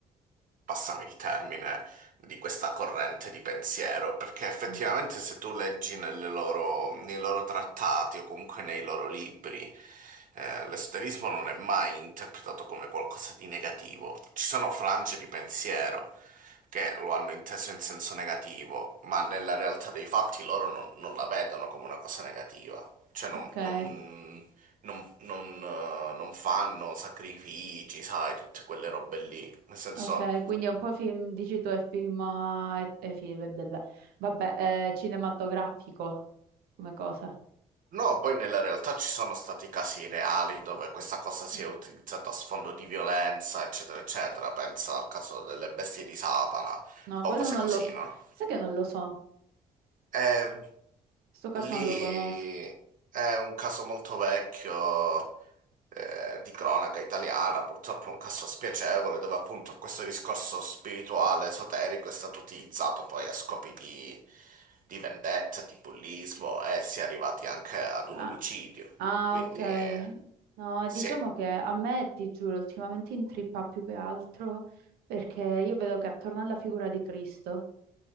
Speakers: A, on the right (about 60°); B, on the right (about 75°).
A: passami il termine, di questa corrente di pensiero, perché effettivamente
B: mm.
A: se tu leggi nelle loro- nei loro trattati o comunque nei loro libri, eh, l'esoterismo non è mai interpretato come qualcosa di negativo. Ci sono frange di pensiero che lo hanno inteso in senso negativo, ma nella realtà dei fatti loro non, non la vedono come una cosa negativa. Cioè non,
B: ok,
A: non- non- non, eh, non fanno sacrifici, sai, tutte quelle robe lì. Nel senso,
B: ok, quindi è un po' film, dici tu, è film, eh, è, film, beh, beh, beh. Vabbè, è cinematografico come cosa.
A: No, poi nella realtà ci sono stati casi reali dove questa cosa si
B: Mm.
A: è utilizzata a sfondo di violenza, eccetera, eccetera. Pensa al caso delle bestie di Satana
B: No,
A: o
B: quello
A: cose
B: non
A: così,
B: lo so,
A: no?
B: sai che non lo so, in
A: Eh,
B: questo caso
A: lì
B: non lo conosco.
A: è un caso molto vecchio eh, di cronaca italiana, purtroppo un caso spiacevole dove appunto questo discorso spirituale, esoterico è stato utilizzato poi a scopi di, di vendetta, di bullismo e si è arrivati anche ad
B: Ah,
A: un omicidio.
B: ah,
A: Quindi
B: ok,
A: eh,
B: no,
A: sì,
B: diciamo che a me, ti giuro, ultimamente intrippa più che altro perché io vedo che attorno alla figura di Cristo